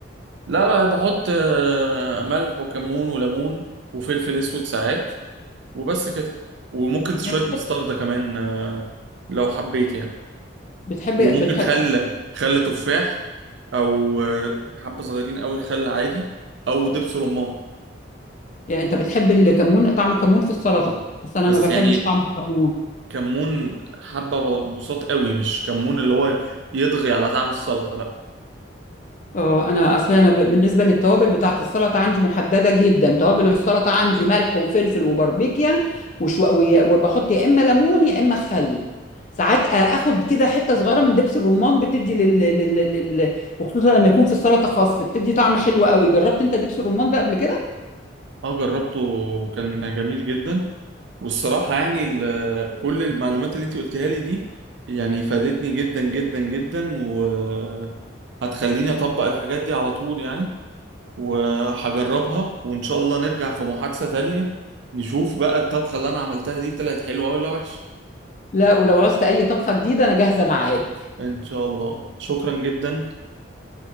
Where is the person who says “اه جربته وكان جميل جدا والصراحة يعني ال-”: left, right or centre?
Right